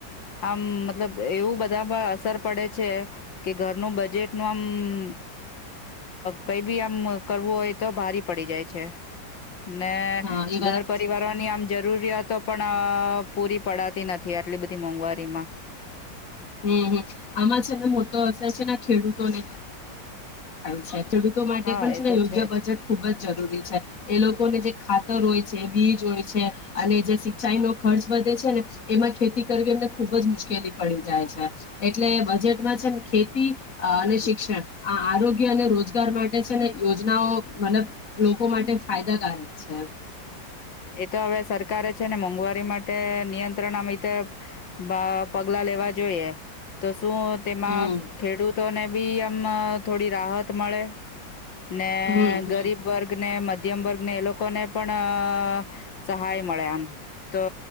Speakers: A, on the left (about 85°); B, on the left (about 45°).
A: આમ મતલબ એવું બધા પર અસર પડે છે કે ઘરનું બજેટનું આમમમ કંઈ બી આમ કરવું હોય, તો ભારી પડી જાય છે. ને
B: હા એ
A: ઘર
B: વાત
A: પરિવારોની આમ જરૂરિયાતો પણ અ પૂરી પડાતી નથી, આટલી બધી મોંઘવારીમાં
B: હમ્મ, હમ્મ, આમાં છે ને મોટો અસર છે ને આ ખેડૂતોને થા થાય છે. ખેડૂતો માટે
A: હા
B: પન છે
A: એ
B: ને
A: તો
B: યોગ્ય બજેટ
A: જ
B: ખુબ જ જ રૂરી છે, એ લોકોને જે ખાતર હોય છે, બીજ હોય છે અને જે સિંચાઈનો ખર્ચ વધે છે ને એમાં ખેતી કરવી એમને ખુબ જ મુશ્કેલી પડી જાય છે, એટલે બજેટમાં છે ને ખેતી અને શિક્ષણ આ આરોગ્ય અને રોજગાર માટે છે ને યોજનાઓ મતલબ લોકો માટે ફાયદાકારક છે.
A: એ તો અવે સરકારે છે ને મોંઘવારી માટે નિયંત્રણ આમ ઈતે ભ અ પગલા લેવા જોઈએ તો શું તેમાં
B: હમ
A: ખેડૂતોને બી મ થોડી રાહત મળે. ને
B: હમ
A: ગરીબ
B: હમ
A: વર્ગને મધ મધ્યમ વર્ગને એ લોકોને પણ અ સહાય મળે એમ તો